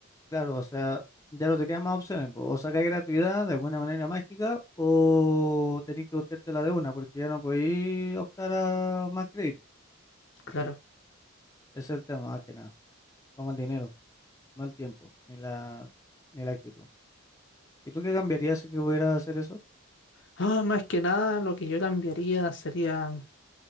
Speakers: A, on the left; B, on the left.
A: claro, o sea, ya no te quedan más opciones. po. O sacáis gratuidad de alguna manera mágica, o tenés que buscarte la de una, porque ya no podéis optar a más crédito,
B: claro.
A: ¿cachai? Ese es el tema, más que nada, como el dinero. no el tiempo, ni la, ni la actitud. ¿Y tú qué cambiarías si que pudieras hacer eso?
B: Ah, más que nada, lo que yo cambiaría sería